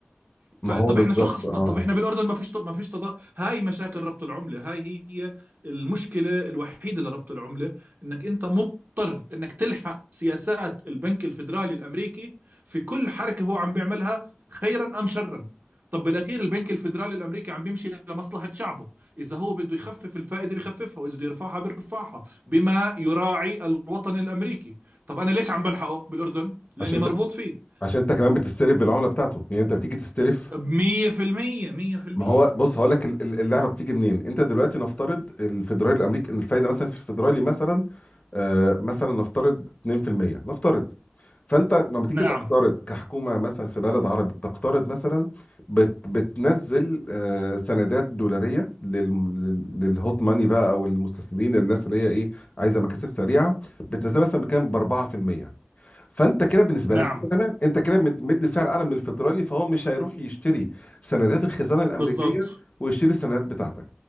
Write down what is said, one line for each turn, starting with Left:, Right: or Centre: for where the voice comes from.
Right: فطب
Left: ما هو بالظبط
Right: احنا شو خصنا
Left: اه
Right: طب احنا بالاردن ما فيش ما فيش تضاد هاي مشاكل ربط العمله هاي هي المشكله الوحيده لربط العمله انك انت مضطر انك تلحق سياسات البنك الفيدرالي الامريكي في كل حركه هو عم بيعملها خيرا ام شرا طب بالاخير البنك الفيدرالي الامريكي عم بيمشي لمصلحه شعبه اذا هو بده يخفف الفائده بخففها واذا بده يرفعها بيرفعها بما يراعي الوطن الامريكي طب انا ليش عم بلحقه بالاردن لاني
Left: عشان
Right: مربوط
Left: ت...
Right: فيه
Left: عشان انت كمان بتستلف بالعمله بتاعته يعني انت بتيجي تستلف
Right: 100% 100%
Left: ما هو بص هقول لك اللعبه بتيجي منين انت دلوقتي نفترض الفيدرالي الامريكي ان الفايده مثلا في الفيدرالي مثلا آه، مثلا نفترض 2% نفترض فانت لما تيجي
Right: نعم
Left: تقترض كحكومه مثلا في بلد عربي بتقترض مثلا بت بتنزل آه، سندات دولاريه لل- لل- للهوت ماني بقى او المستثمرين الناس اللي هي ايه عايزه مكاسب سريعه بتنزلها مثلا بكام ب 4% فانت كده بالنسبه
Right: نعم
Left: لك انت تمام انت كده مد- مدي سعر اعلى من الفيدرالي فهو مش هيروح يشتري سندات الخزانه الامريكيه
Right: بالضبط
Left: ويشتري السندات بتاعتك